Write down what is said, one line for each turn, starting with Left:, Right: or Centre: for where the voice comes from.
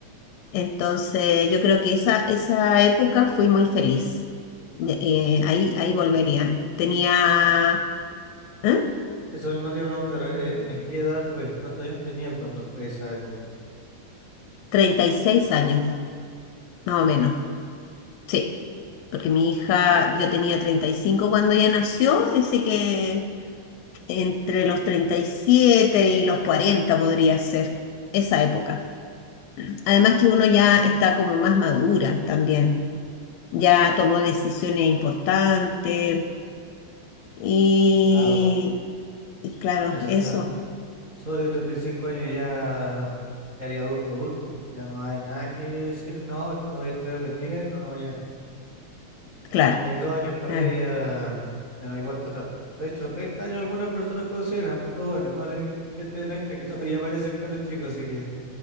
Left: Entonces, yo creo que esa, esa época fui muy feliz. De- eh,
Right: Sí.
Left: ahí, ahí volvería. Tenía ¿eh?
Right: Eso mismo te iba a preguntar, eh, ¿en qué edad fue? ¿Cuántos años tenía cuando fue esa época?
Left: 36 años, más o menos. Sí, porque mi hija, yo tenía 35 cuando ella nació, así que entre los treinta y siete y los 40 podría ser esa época. Además que uno ya está como más madura también, ya tomó decisiones importantes y,
Right: Claro,
Left: y claro,
Right: a esa
Left: eso,
Right: edad, sobre 35 años ya te haría adulto, adulto. Ya no hay nada que decir, no, es que todavía estoy aprendiendo, no, ya.
Left: claro,
Right: treinta y dos años para
Left: claro,
Right: arriba ya, ya no hay vuelta atrás. De hecho, 30 años algunas personas consideran, pero bueno, igual hay gente de 30 que todavía parecen caros chicos, así que